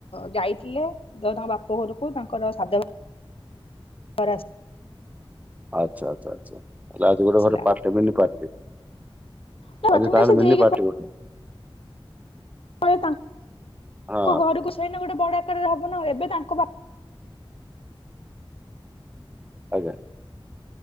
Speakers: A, on the left (about 75°); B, on the right (about 15°).
A: ଯାଇଥିଲେ ତ ତାଙ୍କ ବାପ ଘରକୁ ତାଙ୍କର ସାଧଭାର ବାର <inaudible>
B: ଆଚ୍ଛା ଆଚ୍ଛା ଆଚ୍ଛା ଆଜି
A: ଆସିଥିଲା
B: ଗୋଟେ ଘରେ ପାର୍ଟ ମି ପାଟି।
A: ନା ବାଟରେ
B: ଆଜି
A: ନାଇଁ
B: ତାହେଲେ
A: ସେ
B: ମିନି
A: ଦେଇକି
B: ପାର୍ଟି ଗୋଟେ।
A: କହ ତାଙ୍କ
B: ହଁ
A: ଘରକୁ ସେଇନା ଗୋଟେ ବଡ ଆକାରରେ ହବନା ଏବେ ତାଙ୍କ ବାପା
B: ଆଜ୍ଞା।